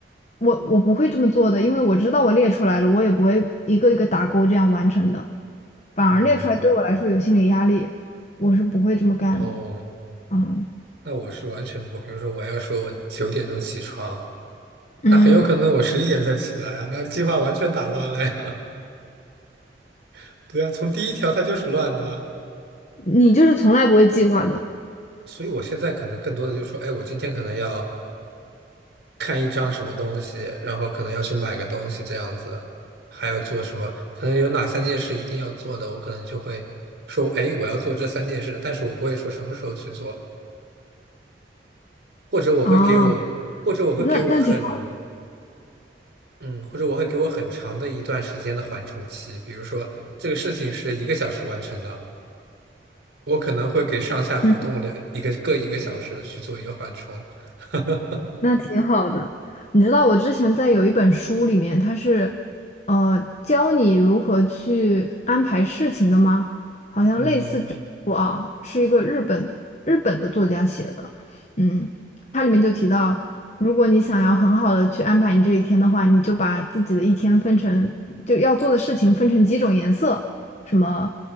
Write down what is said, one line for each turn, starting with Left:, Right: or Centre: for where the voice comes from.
Left: 我我不会这么做的，因为我知道我列出来了，我也不会一个一个打勾这样完成的，反而列出来对我来说有心理压力，
Right: 嗯，
Left: 我是不会这么干的。
Right: 哦，
Left: 嗯，
Right: 那我是完全不，比如说我要说我九点钟起床，
Left: 嗯，
Right: 那很有可能我十一点才起来啊，那计划完全打乱了呀。<laughs> 对啊，从第一条它就是乱的。
Left: 你就是从来不会计划的
Right: 所以我现在可能更多的就是说，哎，我今天可能要看一张什么东西，然后可能要去买个东西这样子，还要做什么？可能有哪三件事一定要做的，我可能就会说，哎，我要做这三件事，但是我不会说什么时候去做，或者我会给我，
Left: 哦，
Right: 或者我会给我很，
Left: 那那挺好。
Right: 嗯，或者我会给我很长的一段时间的缓冲期，比如说这个事情是一个小时完成的，我可能会给上下浮动两一个各一个小时去做一个缓冲。
Left: 嗯。
Right: <laughs>
Left: 那挺好的。你知道我之前在有一本书里面，它是呃教你如何去安排事情的吗？好像类似这本书啊，
Right: 嗯，
Left: 是一个日本日本的作家写的。嗯，它里面就提到，如果你想要很好的去安排你这一天的话，你就把自己的一天分成就要做的事情分成几种颜色。什么